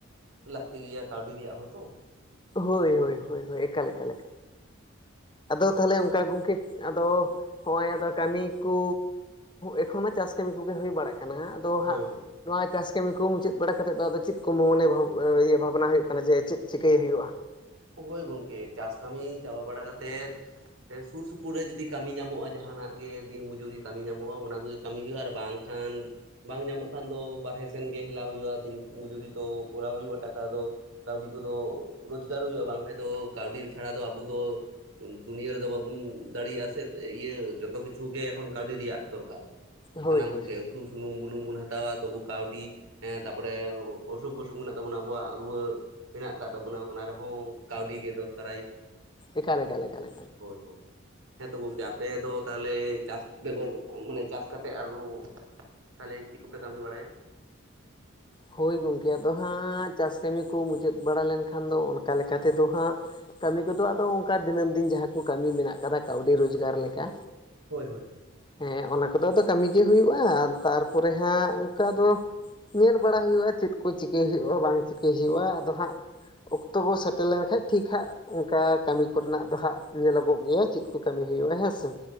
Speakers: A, on the right; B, on the left.
A: ᱞᱟᱹᱠᱛᱤ ᱜᱮᱭᱟ ᱠᱟᱹᱣᱰᱤ ᱨᱮᱭᱟᱜ ᱦᱚᱸᱛᱚ᱾
B: ᱦᱳᱭ, ᱦᱳᱭ, ᱦᱳᱭ ᱮᱠᱟᱞ -
A: ᱦᱳᱭ
B: ᱮᱠᱟᱞ -ᱮᱠᱟᱞ᱾ ᱟᱫᱚ ᱛᱟᱦᱚᱞᱮ ᱚᱱᱠᱟ ᱜᱚᱝᱠᱮ, ᱟᱫᱚ ᱱᱚᱜᱼᱚᱭ ᱟᱫᱚ ᱠᱟᱹᱢᱤ ᱠᱚ, ᱮᱠᱷᱚᱱ ᱢᱟ ᱪᱟᱥ ᱠᱟᱹᱢᱤ ᱠᱚᱜᱮ ᱦᱩᱭ ᱵᱟᱲᱟᱜ ᱠᱟᱱᱟ᱾ ᱟᱫᱚ
A: ᱦᱳᱭ
B: ᱦᱟᱸᱜ
A: ᱦᱳᱭ
B: ᱱᱚᱣᱟ ᱪᱟᱥ ᱠᱟᱹᱢᱤ ᱠᱚ ᱢᱩᱪᱟᱹᱫ ᱵᱟᱲᱟ ᱠᱟᱛᱮᱫ ᱫᱚ, ᱟᱫᱚ ᱪᱮᱫ ᱠᱚ ᱢᱚᱱᱮ ᱤᱭᱟᱹ ᱵᱷᱟᱵᱽᱱᱟ ᱦᱩᱭᱩᱜ ᱠᱟᱱᱟ᱾ ᱡᱮ ᱪᱮᱫ ᱪᱤᱠᱟᱹᱭ ᱦᱩᱭᱩᱜᱼᱟ᱾
A: ᱦᱳᱭ ᱜᱚᱝᱠᱮ ᱮ ᱪᱟᱥ ᱠᱟᱹᱢᱤ ᱪᱟᱵᱟ ᱵᱟᱲᱟ ᱠᱟᱛᱮᱫ ᱾ ᱥᱩᱨ ᱥᱩᱯᱩᱨ ᱨᱮ ᱡᱩᱫᱤ ᱠᱟᱹᱢᱤ ᱧᱟᱢᱚᱜᱼᱟ ᱡᱟᱦᱟᱱᱟᱜ ᱜᱮ, ᱫᱤᱱ ᱢᱚᱡᱩᱨᱤ ᱠᱟᱹᱢᱤ ᱧᱟᱢᱚᱜᱼᱟ᱾ ᱚᱱᱟ ᱠᱚᱜᱮ ᱠᱟᱹᱢᱤ ᱦᱩᱭᱩᱜᱼᱟ ᱟᱨ ᱵᱟᱝᱠᱷᱟᱱ ᱵᱟᱝ ᱧᱟᱢᱚᱜ ᱠᱷᱟᱱ ᱫᱚ, ᱵᱟᱦᱨᱮ ᱥᱮᱱᱜ ᱦᱮᱞᱟᱣ ᱦᱩᱭᱩᱜᱼᱟ ᱾ ᱫᱤᱱ ᱢᱚᱡᱩᱨᱤ ᱛᱚ ᱠᱚᱨᱟᱣ ᱦᱩᱭᱩᱜᱼᱟ ᱾ ᱴᱟᱠᱟ ᱫᱚ ᱠᱟᱹᱣᱰᱤ ᱠᱚ ᱫᱚ ᱨᱳᱡᱽᱜᱟᱨ ᱦᱩᱭᱩᱜᱼᱟ᱾ ᱵᱟᱝᱠᱟᱱ ᱫᱚ ᱠᱟᱹᱣᱰᱤ ᱪᱷᱟᱲᱟ ᱫᱚ ᱟᱵᱚ ᱫᱚ ᱫᱩᱱᱭᱟᱹ ᱨᱮᱫᱚ ᱵᱟᱵᱚᱱ ᱫᱟᱲᱮᱭᱟᱜᱼᱟ᱾ ᱥᱮ ᱤᱭᱟᱹ ᱡᱚᱛᱚ ᱠᱤᱪᱷᱩ ᱜᱮ ᱮᱠᱷᱚᱱ ᱠᱟᱹᱣᱰᱤ ᱨᱮᱭᱟᱜ ᱫᱚᱨᱠᱟᱨ᱾
B: ᱦᱳᱭ
A: ᱥᱟᱱᱟᱢ
B: ᱦᱳᱭ
A: ᱠᱚᱜᱮ
B: ᱦᱳᱭ
A: ᱩᱛᱩ, ᱥᱩᱱᱩᱢ, ᱵᱩᱞᱩᱝ, ᱵᱚᱱ ᱦᱟᱛᱟᱣᱟ ᱛᱚᱵᱩ ᱠᱟᱹᱣᱰᱤ ᱦᱮᱸ ᱛᱟᱯᱚᱨᱮ ᱚᱥᱩᱠ ᱵᱥᱩᱠ ᱢᱮᱱᱟᱜ ᱛᱟᱵᱚᱱᱟ ᱾ ᱟᱵᱚᱣᱟᱜ ᱨᱩᱣᱟᱹ ᱢᱮᱱᱟᱜ ᱟᱠᱟᱫ ᱛᱟᱵᱚᱱᱟ ᱚᱱᱟᱨᱮ ᱦᱚᱸ ᱠᱟᱹᱣᱰᱤ ᱜᱮ ᱫᱚᱨᱠᱟᱨᱟᱭ᱾
B: ᱮᱠᱟᱞ, ᱮᱠᱟᱞ, ᱮᱠᱟᱞ,
A: ᱦᱳᱭ, ᱦᱳᱭ᱾ ᱦᱮᱸ ᱛᱚ ᱜᱚᱝᱠᱮ ᱟᱯᱮ ᱫᱚ ᱛᱟᱦᱚᱞᱮ, ᱪᱟᱥ ᱵᱮᱜᱚᱨ ᱢᱟᱱᱮ ᱪᱟᱥ ᱠᱟᱛᱮᱫ ᱟᱨᱚ ᱛᱟᱦᱚᱞᱮ ᱪᱮᱫ ᱠᱚᱯᱮ ᱠᱟᱹᱢᱤ ᱵᱟᱲᱟᱭᱟ?
B: ᱦᱩᱭ ᱜᱚᱝᱠᱮ ᱟᱫᱚ ᱦᱟᱸᱜ, ᱪᱟᱥ ᱠᱟᱹᱢᱤ ᱠᱚ ᱢᱩᱪᱟᱹᱫ ᱵᱟᱲᱟ ᱞᱮᱱᱠᱷᱟᱱ ᱫᱚ, ᱚᱱᱠᱟ ᱞᱮᱠᱟᱛᱮᱫᱚ ᱦᱟᱸᱜ ᱠᱟᱹᱢᱤ ᱠᱚ-ᱫᱚ ᱟᱫᱚ ᱚᱱᱠᱟ ᱫᱤᱱᱟᱹᱢ ᱫᱤᱱ, ᱡᱟᱦᱟᱸ ᱠᱚ ᱠᱟᱹᱢᱤ ᱢᱮᱱᱟᱜ ᱟᱠᱟᱫᱟ᱾ ᱠᱟᱹᱣᱰᱤ ᱨᱳᱡᱽᱜᱟᱨ ᱞᱮᱠᱟ᱾
A: ᱦᱳᱭ, ᱦᱳᱭ, ᱦᱳᱭ
B: ᱦᱮᱸ ᱚᱱᱟ ᱠᱚᱼᱫᱚ ᱟᱫᱚ ᱠᱟᱹᱢᱤᱜᱤ ᱦ ᱦᱩᱭᱩᱜᱼᱟ ᱾ ᱛᱟᱨᱯᱚᱨᱮ ᱦᱟᱸᱜ ᱚᱱᱠᱟᱫᱚ ᱧᱮᱞ ᱵᱟᱲᱟ ᱦᱩᱭᱩᱜᱼᱟ, ᱪᱮᱫ ᱠᱚ ᱪᱤᱠᱟᱹᱭ ᱦᱩᱭᱩᱜᱼᱟ᱾ ᱵᱟᱝ ᱪᱤᱠᱟᱹᱭ ᱦᱩᱭᱩᱜᱼᱟ᱾ ᱟᱫᱚ ᱦᱟᱸᱜ ᱚᱠᱛᱚ ᱵᱚ ᱥᱮᱴᱮᱨ ᱞᱮᱱᱠᱟᱱᱡ ᱴᱷᱤᱠ ᱦᱟᱸᱜ ᱚᱱᱠᱟ ᱠᱟᱹᱢᱤ ᱠᱚᱨᱮᱱᱟᱜ ᱫᱚ ᱦᱟᱸᱜ, ᱧᱮᱞᱚᱜᱚᱼᱜ ᱜᱮᱭᱟ᱾ ᱪᱮᱫ ᱠᱚ ᱠᱟᱹᱢᱤ ᱦᱩᱭᱩᱜᱼᱟ ᱦᱮᱸᱥᱮ